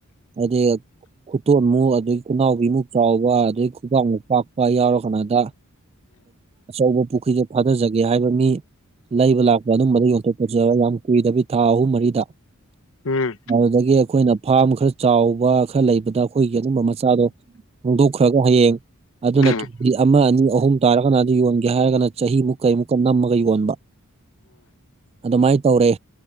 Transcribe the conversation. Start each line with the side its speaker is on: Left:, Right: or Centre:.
Right: ꯑꯗꯩ ꯈꯨꯇꯣꯟꯃꯨꯛ ꯑꯗꯒꯤ ꯈꯨꯅꯥꯎꯕꯤꯃꯨꯛ ꯆꯥꯎꯕ ꯑꯗꯩ ꯈꯨꯕꯥꯛꯃꯨꯛ ꯄꯥꯛꯄ ꯌꯥꯎꯔ ꯀꯥꯟꯗ ꯑꯆꯧꯕ ꯄꯨꯈ꯭ꯔꯤꯗꯣ ꯐꯥꯊꯖꯒꯦ ꯍꯥꯏꯕ ꯃꯤ ꯂꯩꯕ ꯂꯥꯛꯄ ꯑꯗꯨꯝꯕꯗ ꯌꯣꯟꯊꯣꯛꯄꯖꯨ ꯌꯥꯝ ꯀꯨꯏꯗꯕꯤ ꯊꯥ ꯑꯍꯨꯝ ꯃꯔꯤꯗ
Left: ꯎꯝ
Right: ꯑꯗꯨꯗꯒꯤ ꯑꯩꯈꯣꯏꯅ ꯐꯥꯔꯝ ꯈꯔ ꯆꯥꯎꯕ ꯈꯔ ꯂꯩꯕꯗ ꯑꯩꯈꯣꯏꯒꯤ ꯑꯗꯨꯒꯨꯝꯝꯕ ꯃꯆꯥꯗꯣ ꯍꯣꯡꯗꯣꯛꯈ꯭ꯔꯒ ꯍꯌꯦꯡ ꯑꯗꯨꯅ
Left: ꯎꯝ
Right: ꯍꯥꯏꯗꯤ
Left: ꯎꯝ ꯎꯝ
Right: ꯑꯃ ꯑꯅꯤ ꯑꯍꯨꯝ ꯇꯥꯔꯒꯅ ꯑꯗꯨ ꯌꯣꯟꯒꯦ ꯍꯥꯏꯔꯒꯅ ꯆꯍꯤꯃꯨꯛꯀꯩꯃꯨꯛꯀ ꯅꯝꯃꯒ ꯌꯣꯟꯕ ꯑꯗꯨꯃꯥꯏꯅ ꯇꯧꯔꯦ